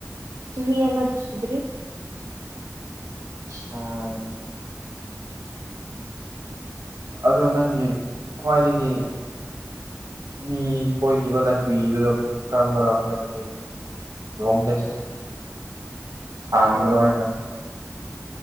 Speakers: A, on the right (about 60°); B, on the right (about 85°).
A: ꯆꯍꯤ ꯑꯃꯗꯤ ꯁꯨꯗ꯭ꯔꯤ
B: ꯆꯥꯔꯦ ꯑꯗꯣ ꯅꯪꯒꯤ ꯈ꯭ꯋꯥꯏꯗꯒꯤ ꯃꯤ ꯀꯣꯏꯈꯤꯕ ꯀꯨꯏꯕꯗꯣ ꯀꯔꯝꯕꯅꯣ ꯍꯥꯏꯕꯗꯤ ꯂꯣꯡꯒꯦꯁ ꯁꯥꯡꯕꯗꯣ
A: ꯎꯝ
B: ꯍꯥꯏꯗꯥꯏ